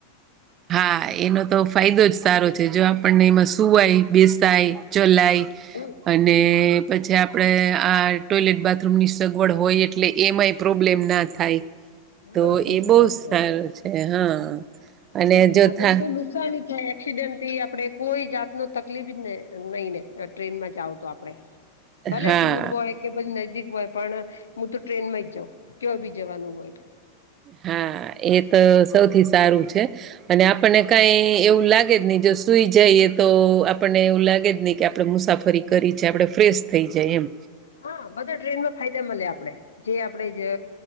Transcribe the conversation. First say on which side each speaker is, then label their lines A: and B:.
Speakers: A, on the left; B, on the right.
A: <inaudible>
B: હા એનો તો ફાયદો જ સારો છે જો આપણને એમાં સુવાય બેસાયે ચલાય.
A: હમ.
B: અને પછી આપણે આ ટોયલેટ બાથરૂમની સગવડ હોય એટલે એમાંય. પ્રોબ્લેમ ના થાય
A: હા
B: તો
A: સાચી
B: એ બહુ
A: વાત
B: સારું છે. હા અને
A: <inaudible>
B: જો થા
A: નુકસાની થાય એક્સિડેન્ટ થી આપડે કોઈ જાત નુ તકલીફ જ ને નઈ ને ટ્રેનમાં જાઓ તો આપડે. ભલે
B: હા
A: દૂર હોય. કે પછી નજજીક હોય પણ હું તો ટ્રેન માં જાઉં કેવાય બી જવાનું હોય.
B: હા એ તો સૌથી સારું છે અને આપણને કઈ એવું લાગે જ નહી જો. સુઈ જઈએ તો આપણને એવું લાગે જ નહી કે આપણેે મુસાફરી કરી છે આપણે ફ્રેશ થઈ જાય એમ.
A: હા બધા ટ્રેનમાં ફાયદા મલે આપડે જે આપડે જ.